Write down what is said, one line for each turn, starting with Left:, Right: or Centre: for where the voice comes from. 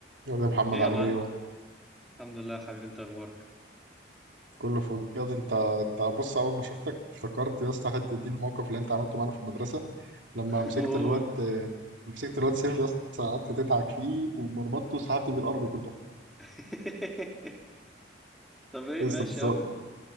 Right: يا ده محمد
Centre: ايه يا
Right: عامل
Centre: معلم
Right: ايه اهو
Centre: الحمد لله يا حبيبي انت اخبارك
Right: كله فل يا ده انت انت بص اول ما شفتك افتكرت يا اسطى حته دي الموقف اللي انت عملته معانا في المدرسه لما
Centre: <laughs>
Right: مسكت
Centre: قول
Right: الواد مسكت الواد سيف يا اسطى قعدت تدعك فيه ومرمطته وسحبت بيه الارض كلها
Centre: <laughs> طب ايه
Right: يا اسطى
Centre: ماشي
Right: انت سو-
Centre: يا عم